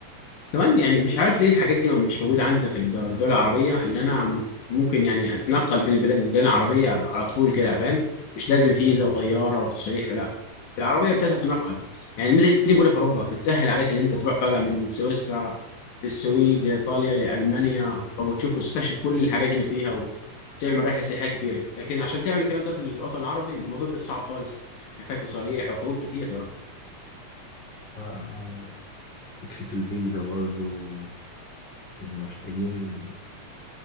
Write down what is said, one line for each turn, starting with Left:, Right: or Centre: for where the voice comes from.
Left: كمان يعني مش عارف ليه الحاجات دي مش موجودة عندنا في الد- الدول العربية اللي أنا ممكن يعني أتنقل بين البلاد الدول العربية على طول كده فاهم مش لازم فيزا وطيارة وتصريح لا العربية بتاعتها تتنقل يعني الميزة دي موجودة في أوروبا بتسهل عليك اللي أنت تروح بقى من سويسرا للسويد لإيطاليا لألمانيا طب وتشوف وتستكشف كل الحاجات اللي فيها وتعمل رحلة سياحية كبيرة لكن عشان تعمل الكلام ده في الوطن العربي الموضوع بيبقى صعب خالص محتاج تصاريح وعقود كتير طبعا
Centre: آه، آه، فكرة الفيزا برضو محتاجين